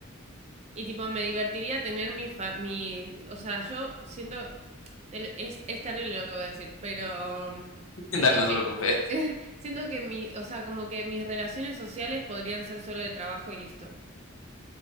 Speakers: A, on the right; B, on the left.
A: Y tipo, me divertiría tener mi, fa mi o sea, yo siento, te- es, es terrible lo que voy a decir, pero um,
B: <laughs>
A: siento
B: Dale, no te
A: que,
B: preocupes.
A: <laughs> siento que mi, o sea, como que mis relaciones sociales podrían ser solo de trabajo y listo.